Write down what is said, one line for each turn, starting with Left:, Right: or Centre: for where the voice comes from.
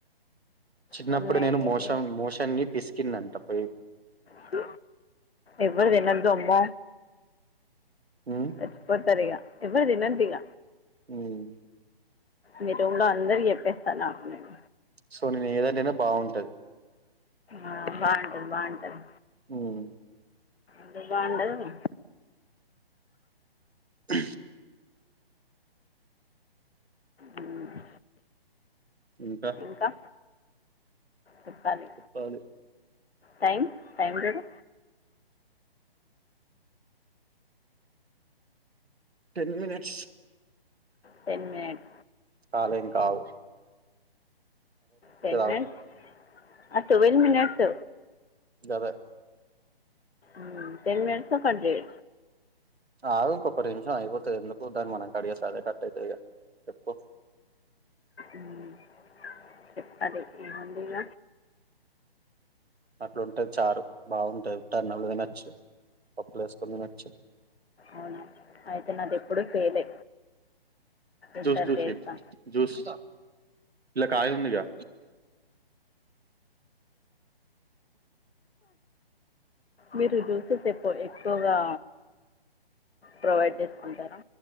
Right: చిన్నప్పుడే
Left: తను
Right: నేను మోషం
Left: ఇది
Right: మోషాన్ని పిసికిన్నాంట పోయి
Left: చి ఎవ్వరుతినద్దు అమ్మ
Right: ఉమ్
Left: సచ్చిపోతారు ఇగ ఎవ్వరు తినద్దు ఇగ
Right: ఉమ్
Left: మీ రూమ్‌లో అందరికీ చెప్పేస్తా నాకు నేను
Right: సో నేను ఏదొండిన బాగుంటది
Left: ఆ బాగుంటది బాగుంటది
Right: ఉమ్మ్
Left: ఎందుకు బాగుండదు
Right: అ
Left: ఉమ్,
Right: ఇంకా
Left: ఇంకా చెప్పాలి
Right: చెప్పాలి
Left: టైం టైం చూడు
Right: టెన్ మినిట్స్
Left: టెన్ మినిట్
Right: కాలేం కావు
Left: టెన్
Right: ఆవు
Left: మినిట్స్ ఆ టువల్ మినిట్స్
Right: గదే
Left: ఉమ్మ్ టెన్ మినిట్స్‌లో కట్ చేయ
Right: ఆగు ఇంకొక రిమిషం అయిపోతది ఎందుకు దాన్ని మనం కట్ చేస్తే అదే కట్ అయితాదిగా చెప్పు
Left: ఉమ్మ్ చెప్పాలి ఏముంది ఇగ
Right: అట్లుంటది చారు బాగుంటాది ఉత్త అన్నంలో తినచ్చు పప్పులో ఎస్ కొని తినచ్చు
Left: అవునా అయితే నాది ఎప్పుడు చెయ్యలే ఈసారి
Right: జ్యూస్ జ్యూసీ
Left: చేస్తా
Right: జ్యూస్ ఇల్లా కాయ ఉందిగా
Left: మీరు జూసెస్ ఎక్కు ఎక్కువగా ప్రొవైడ్ చేసుకుంటారా